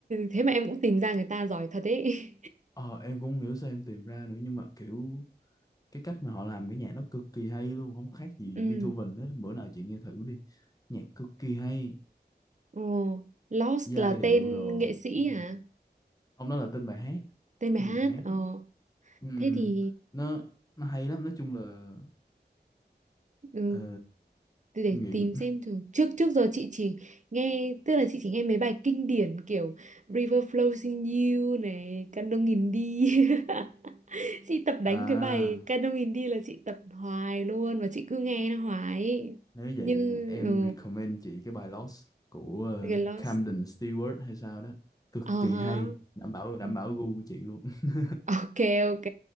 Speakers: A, on the right (about 45°); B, on the left (about 20°).
A: thế mà em cũng tìm ra người ta giỏi thật ấy
B: ờ em cũng không hiểu sao em tìm ra nữa nhưng mà kiểu cái cách mà họ làm cái nhạc nó cực kỳ hay luôn không khác gì
A: <laughs> ừ.
B: Beethoven hết bữa nào chị nghe thử đi nhạc cực kỳ hay
A: Ồ, Lost
B: giai
A: là
B: điệu
A: tên
B: đồ
A: nghệ sĩ
B: ừ.
A: hả
B: ông đó là tên bài hát
A: tên bài
B: tên
A: hát
B: bài hát
A: ờ
B: đó ừ.
A: thế thì
B: nó nó hay lắm nói chung là
A: ừ.
B: Ờ,
A: từ để
B: nghiện
A: tìm xem thử. Trước trước giờ chị chỉ nghe tức là chị chỉ nghe mấy bài kinh điển kiểu River Flows in You này, Candong in đi. <laughs> Chị tập đánh
B: à
A: cái bài Candong in đi là chị tập hoài luôn và chị cứ nghe nó hoài. ấy.
B: nếu vậy
A: Như
B: em
A: ừ,
B: recommend chị cái bài Lost của ờ,
A: cái Lost.
B: Camden Stewart hay sao đó cực
A: Ờ
B: kỳ
A: hả.
B: hay đảm bảo đảm
A: Ừ.
B: bảo gu của chị luôn <laughs>
A: Ok ok